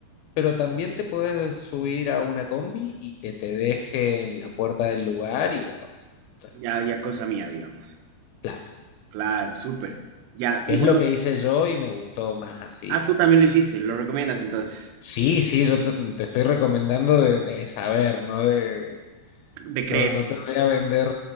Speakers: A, on the left; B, on the right.
A: pero también te puedes subir a una combi y que te dejen la puerta del lugar y vos vas tranquilo.
B: Ya, ya cosa mía, digamos.
A: Claro,
B: Claro, súper. Ya, y
A: es
B: bueno,
A: lo que hice yo y me gustó más así.
B: ah, tú también lo hiciste, lo recomiendas entonces.
A: Sí, sí, yo te, te estoy recomendando de, de saber, ¿no? De,
B: De creer.
A: no, no te voy a vender